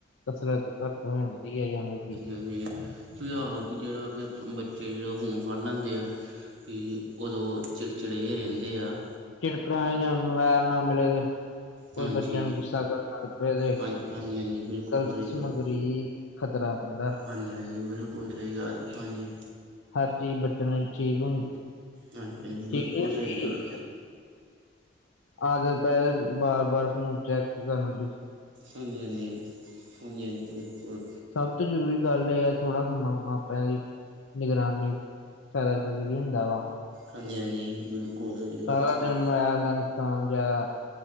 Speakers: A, on the left; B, on the right.
A: ਕਸਰਤ ਘੱਟ ਹੋ ਜਾਂਦੀ ਹੈ ਜੇਵੇਂ ਕਿ
B: ਜਗੀਰ <unintelligible> ਵੀ ਆਹੋ ਵੀ ਜਿਹੜਾ ਵੀ ਆਪ ਬੱਚੇ ਜਦੋ ਫੋਨ ਫੜ ਲੈਂਦੇ ਆ ਵੀ ਉਦੋਂ ਚਿੜਚਿੜੇ ਜੇ ਰਹਿੰਦੇ ਆ।
A: ਚਿੜਪ ਜਾਂ ਮੋਬਾਇਲ ਨਾ ਮਿਲੇ ਤੇ ਕੋਈ
B: ਹਾਂਜੀ
A: ਬੱਚਿਆਂ ਨੂੰ ਗੁੱਸਾ ਕਰਨ ਲੱਗ ਪਿਆ ਤੇ
B: ਹਾਂ ਹਾਂਜੀ ਹਾਂਜੀ ਬਿਲਕੁਲ
A: ਗਲਤ
B: ਸਹੀ
A: ਸਮੱਗਰੀ
B: ਗੱਲ
A: ਖ਼ਤਰਾ ਬੰਦਾ।
B: ਹਾਂਜੀ, ਹਾਂਜੀ ਬਿਲਕੁਲ ਸਹੀ ਗੱਲ ਹਾਂਜੀ।
A: ਹਰ ਚੀਜ਼ ਬਚਣ ਠੀਕ ਹੁੰਦੀ।
B: ਹਾਂਜੀ, ਹਾਂਜੀ ਬਿਲਕੁਲ
A: ਠੀਕ ਨੀ ਹੁੰਦੀ
B: ਸਹੀ ਗੱਲ।
A: ਆਦਤ ਪੈ ਦੇ ਬਾਰ, ਬਾਰ ਫੋਨ ਚੈੱਕ ਕਰਨ ਦੀ
B: ਹਾਂਜੀ, ਹਾਂਜੀ, ਹਾਂਜੀ, ਹਾਂਜੀ ਬਿਲਕੁਲ।
A: ਸਭ ਤੋਂ ਜ਼ਰੂਰੀ ਗੱਲ ਇਹ ਹੈ, ਥੋੜ੍ਹਾ ਸਮਾਂ ਮਾਪਿਆਂ ਦੀ ਨਿਗਰਾਨੀ ਫੈਦਾ ਜਰੂਰੀ ਹੁੰਦਾ ਵਾ।
B: ਹਾਂਜੀ, ਹਾਂਜੀ ਬਿਲਕੁਲ। ਸਹੀ ਗੱਲ
A: ਸਾਰਾ
B: ਤੁਹਾਡੀ
A: ਦਿਨ ਮੋਬਾਇਲ ਦਾ ਨੁਕਸਾਨ ਜ਼ਿਆਦਾ